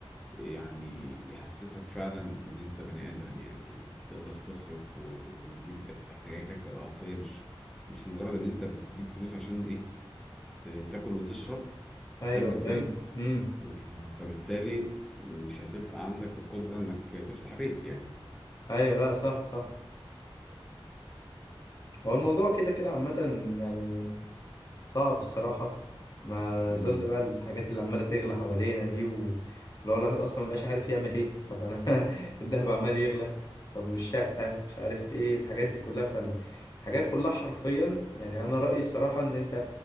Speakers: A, in the centre; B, on the left.
A: يعني يحسسك فعلا ان انت بني ادم يعني تقدر تصرف و- وتجيب احتياجاتك الرئيسيه مش مش مجرد ان انت بتجيب فلوس عشان ايه ت- تاكل وتشرب
B: ايوه
A: انت فاهم ازاي
B: فهمت امم
A: وف- فبالتالي مش هتبقى عندك القدره انك تفتح بيت يعني
B: ايوه لا صح صح هو الموضوع كده كده عامة يعني صعب الصراحة ما
A: مم.
B: ظل بقى الحاجات اللي عمالة تغلى حوالينا دي و- ولو الواحد أصلا مبقاش عارف يعمل إيه طب أنا <laughs> الدهب عمال يغلى طب الشقة مش عارف إيه الحاجات دي كلها فالحاجات كلها حرفيا يعني أنا رأيي الصراحة إن أنت